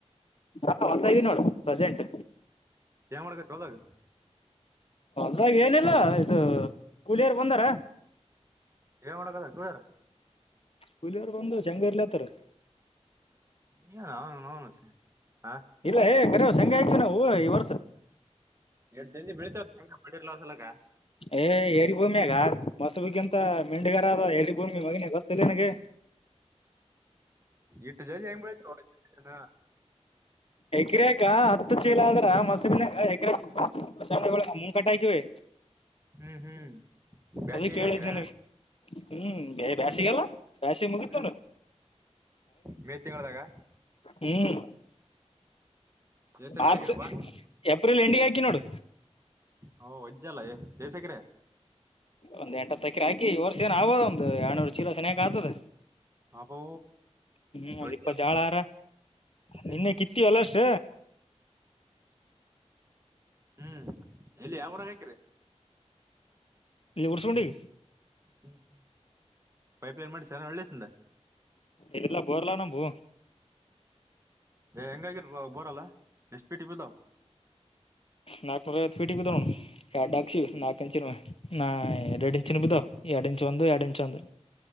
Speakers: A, on the left; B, on the right.
A: ಹಾ ಹೊತ ಇದ ನೋಡು ಪ್ರೆಸೆಂಟ್
B: ಏನ್ ಮಾಡ್ಕ ಹೋದಾಗ
A: ಹೊಾಗ ಏನಿಲ್ಲ ಇದು ಕೂಲಿಯಾರ ಬಂದಾರ
B: ಏ ಮಾಡಕದ ಕುೂಡುದಾರ
A: ಹುಲಿಯವರು ಬಂದು ಶ ಹೆಂಗರ್ಲತ್ತಾರ
B: ನೀ ನನು ನೋನುಷ ಹಾ
A: ಇಲ್ಲ ಏ ಕರವ್ ಶಂಗ ಆಯ್ವಿ ನಾವು ಈ ವರ್ಸ
B: ಎಷ್ಟಡ್ ಜನಿ ಬೆಳಿತತ ಮಾಡಿರ್ಲಾರ್ರ ಸಲಕ
A: ಏ ಏರಿ ಭೂಮಿ ಆಗ ಮೊಸಬಗ್ಗಿಂತ ಮೆಂಡಿಗಾರದ ಏರಿ ಭೂಮಿ ಮಗನ ಗೊತ್ತಿಲ್ಲ ನಿನಗೆ
B: ಇಟ್ಟು ಜದ ಹೆಂಗ್ ಬೆಳತನಾ
A: ಎಕರೆಕ ಹತ್ತು ಚೀಲ ಅಂದ್ರ ಮಸಬಿನ ಎಕರೆಂಡೆ ಮುಂಗ ಕಟ್ಟ ಹಾಕಿವವಿ
B: ಹ್ಮ್ ಹ್ಮ್ ಬ್ಯಾಸಿಗೆ
A: ಅದ ಕೇಳಿದ್ದೆ
B: ಹಾಕಿರ
A: ನನಗೆ ಹ್ಮ್ ಬೇ ಬ್ಯಾಸಿಿಗೆಲ್ಲ ಬ್ಯಾಸಿ ಮುಗಿತೋೊಂಡ
B: ಹ್ಮ್ ಮೇ ತಿಂಗಳದಾಗ
A: ಹ್ಮ್
B: ಎಷ್ಟ್ ಎಕರೆ
A: ಮಾರ್ಚ್
B: ಆಗಿರಪ್ಪ
A: ಏಪ್ರಿಲ್ ಎಂಡಿಂಗ್ ಆಯಕಿ ನೋಡು
B: ಹ ವಜ್ಜಲ್ಲ ಜಯಸಗ್ರೆ
A: ಒಂದ ಎಟತ್ತು ತಕಿ ಹಾಕಿ ವರ್ಷ ಏ ಆಗೋದ ಒಂದಂದು ಎರ್ನೂರು ಚೀಲೋ ಸೆಯಾಗಕ್ ಆದದ
B: ಅಬ್ಬೋ
A: ಹ್ಮ್ ಒಂದ್
B: ಒಜ್ಜಲ್ಲ
A: ಇಪ್ಪ ಜಾಳಾರ ನಿನ್ನೆ
B: ಹ್ಮ್
A: ಕಿತ್ತೀವ ಅಲ್ಲ ಅಷ್ಟ
B: ಹ್ಮ್ ಇಲ್ಲಿ ಯಾವರಾಗ ಹಾಕಿ್ರ
A: ಲವರ್ಸ್ ಉಿ
B: ಹ್ಮ್ ಹ್ಮ್ ಪೈಪ್ಲೈನ್ ಮಾಡ್ಸಾನ ಒಳ್ಳೆಸ
A: ಎದೆಲ್ಲ ಬರ್ಲ ನ ಪೂ
B: ಏ ಹೆಂಗಾಗಿರ್ ಬರಲ್ಲಾ ಎಷ್ಟ್ ಪೀಟಿ ಬುದ
A: ನಾಕನೂರ ರಾಯತ್ತುಫೀಟ ತ ನೋ ಎಡಾಕ್ಷಿ ನಕಚಿನ ನಾ ಎರಡು ಇಚು ನಿಬದೋ ಎರಡು ಇಂಚ ಒಂದು ಎರಡು ಇಂ ಒಂದು